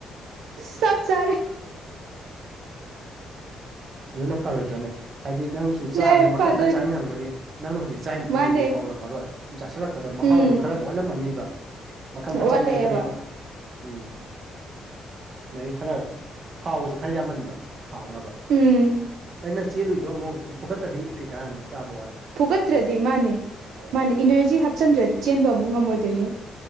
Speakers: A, on the right; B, on the right.
A: ꯆꯥꯞ ꯆꯥꯔꯦ
B: ꯑꯗꯨꯅ ꯐꯔꯣꯏꯗ꯭ꯔꯅꯦ ꯍꯥꯏꯗꯤ ꯅꯪ ꯁꯨꯝ
A: ꯅꯦ
B: ꯆꯥꯕꯗ ꯃꯈꯟ
A: ꯐꯗꯣꯏꯅꯦ
B: ꯃꯈꯟ ꯆꯥꯅꯤꯡꯉꯝꯒꯅꯤ ꯅꯪꯅ ꯍꯧꯖꯤꯛ ꯆꯥꯏ ꯃꯐꯝꯗꯨꯗꯤ
A: ꯃꯥꯅꯦ
B: ꯍꯧꯔꯝꯃꯔꯣꯏ ꯁꯨꯝ ꯆꯥꯁꯤꯜꯂꯛꯄꯗ ꯃꯍꯥꯎꯗꯣ
A: ꯎꯝ
B: ꯈꯔ ꯋꯥꯠꯂꯝꯃꯅꯤꯕ ꯃꯈꯜ ꯃꯈꯜ
A: ꯋꯥꯠꯂꯛꯑꯦꯕ
B: ꯆꯥꯅꯤꯡꯉꯛꯀꯅꯦꯕ ꯎꯝ ꯑꯗꯒꯤ ꯈꯔ ꯊꯥꯎꯒꯁꯦ ꯈꯔ ꯌꯥꯝꯃꯟꯕ ꯈꯥꯎꯅꯕ
A: ꯎꯝ
B: ꯑꯩ ꯅꯪ ꯆꯦꯜꯂꯨꯏꯗꯣ ꯑꯃꯨꯛ ꯐꯨꯒꯠꯇ꯭ꯔꯗꯤ ꯀꯩ ꯀꯥꯟꯅꯅꯤ ꯆꯥꯕ ꯋꯥꯠꯂꯗꯤ
A: ꯐꯨꯒꯠꯇ꯭ꯔꯗꯤ ꯃꯥꯅꯤ ꯃꯥꯅꯤ ꯏꯅꯔꯖꯤ ꯍꯥꯞꯆꯤꯟꯗ꯭ꯔꯗꯤ ꯆꯦꯟꯕ ꯑꯃꯨꯛ ꯉꯝꯃꯣꯏꯗꯣꯏꯅꯤ